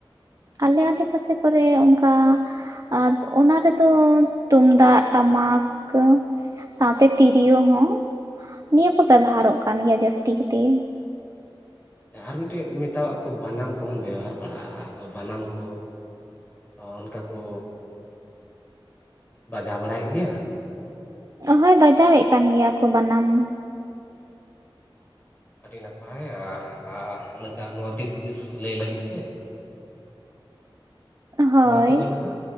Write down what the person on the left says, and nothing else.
ᱟᱨ ᱢᱤᱫᱴᱮᱱ ᱢᱮᱛᱟᱣᱟᱜ ᱠᱚ ᱵᱟᱱᱟᱢ ᱠᱚᱦᱚᱸ ᱵᱮᱣᱦᱟᱨ ᱵᱟᱲᱟᱜᱼᱟ ᱟᱫᱚ ᱵᱟᱱᱟᱢ ᱠᱚ ᱚ ᱚᱱᱠᱟ ᱠᱩ ᱵᱟᱡᱟᱣ ᱵᱟᱲᱟᱭᱮᱜ ᱜᱤᱭᱟ?
<inaudible> ᱟᱹᱰᱤ ᱱᱟᱯᱟᱭ ᱟ ᱟ ᱱᱮᱝᱠᱟ ᱱᱚᱣᱟ ᱫᱤᱥ ᱦᱩᱫᱤᱥ ᱞᱟᱹᱭ ᱞᱟᱹᱜᱤᱛ ᱛᱮ ᱾
ᱢᱟ ᱛᱚᱵᱮ ᱱᱟᱦᱟᱜ᱾